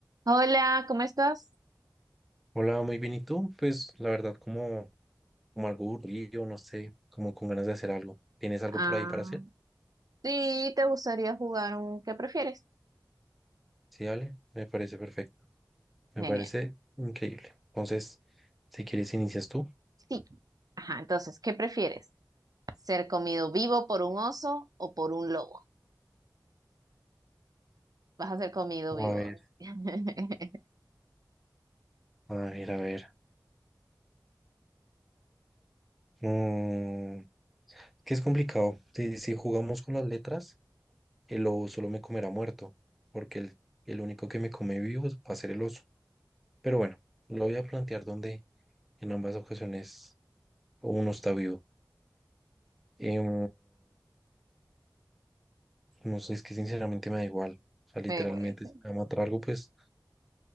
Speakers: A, on the right; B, in the centre.
A: Hola, ¿cómo estás?
B: Hola, muy bien. ¿Y tú? Pues la verdad, como, como algo aburrido, no sé, como con ganas de hacer algo. ¿Tienes algo
A: Ah,
B: por ahí para hacer?
A: sí, ¿te gustaría jugar un qué prefieres?
B: Sí, dale, me parece perfecto. Me
A: Genial.
B: parece increíble. Entonces, si quieres, inicias tú.
A: Sí. Ajá, entonces, ¿qué prefieres? ¿Ser comido vivo por un oso o por un lobo? Vas a ser comido vivo.
B: A ver,
A: <laughs>
B: a ver, a ver. Mm, que es complicado. Si, si jugamos con las letras, el lobo solo me comerá muerto, porque el, el único que me come vivo es- va a ser el oso. Pero bueno, lo voy a plantear donde en ambas ocasiones uno está vivo. Em, No sé, es que sinceramente me da igual. O sea, literalmente,
A: Eh, güey.
B: si me va a matar algo, pues